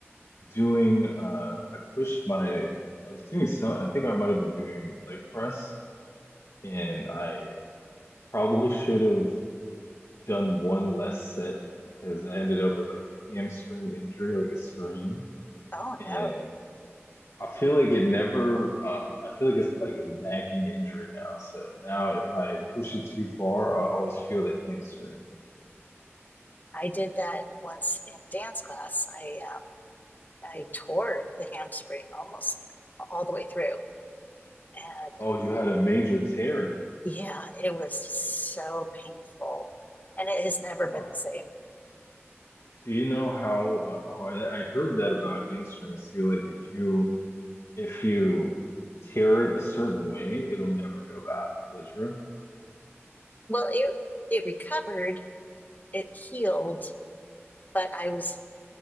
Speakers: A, on the left; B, on the left.
A: doing uh I pushed my I was doing some I think I might have been doing leg press and I probably should have done one less set because I ended up with like a hamstring injury, like a strain.
B: Oh
A: And
B: no.
A: I feel like it never, um, I feel like it's like a nagging injury now. So now if I push it too far, I always feel that hamstring.
B: I did that once in dance class. I um, I tore the hamstring almost all the way through, and
A: Oh, you had a major tear in it.
B: yeah, it was so painful, and it has never
A: How,
B: been the same.
A: do you know how? Uh, oh, I, I heard that about hamstrings too. Like if you if you tear it a certain way, it'll never go back. Is that true?
B: Well, it it recovered, it healed, but I was